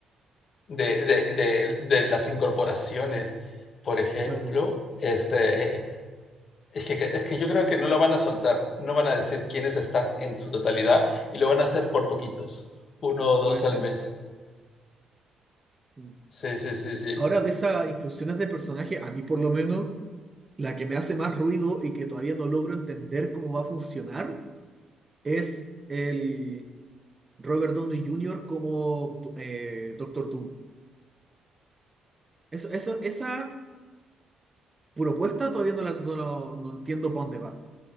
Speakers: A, on the left; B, on the right.
A: de, de, de, de las incorporaciones. Por ejemplo,
B: Claro.
A: este, eh, es que, es que yo creo que no lo van a soltar, no van a decir quiénes están en su totalidad y lo van a hacer por poquitos, uno o dos
B: Puede ser.
A: al mes.
B: Mm.
A: Sí, sí, sí, sí.
B: Ahora, de esas inclusiones de personajes, a mí por lo menos, la que me hace más ruido y que todavía no logro entender cómo va a funcionar. es el Robert Downey Jr. como eh, Doctor Doom. Eso, eso, esa propuesta todavía no, la- no, lo- no entiendo para dónde va.